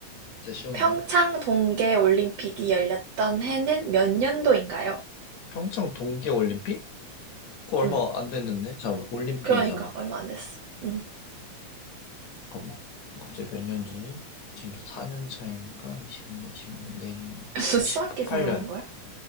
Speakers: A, on the left (about 75°); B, on the right (about 75°).
A: 진짜 쉬운가?
B: 평창 동계 올림픽이 열렸던 해는 몇 년도인가요?
A: 평창 동계올림픽? 그거 얼마
B: 응.
A: 안 됐는데? 잠깐만 올림픽이잖아.
B: 그러니까 얼마 안 됐어. 응.
A: 잠깐만. 갑자기 몇 년 전이? 지금 4년 차이니까 22년, 2년 내년
B: <laughs> 수학
A: 28년
B: 계산하는 거야?